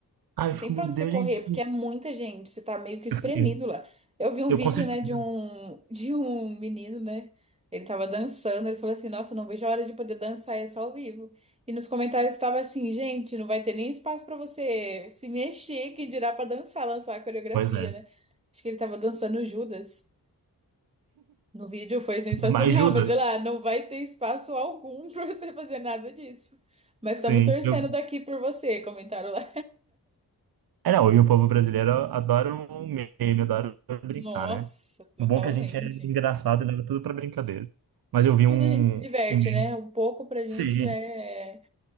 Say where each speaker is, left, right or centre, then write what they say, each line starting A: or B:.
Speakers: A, on the right (about 65°); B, on the right (about 15°).
A: Ah, eu
B: Não
A: fico,
B: tem pra
A: meu
B: onde
A: Deus,
B: você correr,
A: gente.
B: porque é muita gente, você tá meio que espremido
A: Eu, fiquei,
B: lá. Eu vi um
A: eu
B: vídeo,
A: com certeza.
B: né, de um, <laughs> de um menino, né? Ele tava dançando, ele falou assim: Nossa, não vejo a hora de poder dançar essa ao vivo. E nos comentários estava assim: Gente, não vai ter nem espaço pra você se mexer, quem dirá pra dançar, lançar a coreografia,
A: Pois é.
B: né? Acho que ele tava dançando Judas. No vídeo foi sensacional,
A: Mas ajuda.
B: <laughs> mas vê lá, não vai ter espaço algum <laughs> pra você fazer nada disso. Mas
A: Sim.
B: estamos torcendo
A: Eu,
B: daqui por você, comentaram lá.
A: é, não, e o povo brasileiro adora um meme, adora brincar,
B: Nossa,
A: né?
B: totalmente.
A: O bom é que a gente é engraçado e leva tudo pra brincadeira. Mas eu vi
B: Tudo
A: um,
B: a gente se diverte,
A: um meme.
B: né? Um pouco pra gente
A: Sim,
B: já é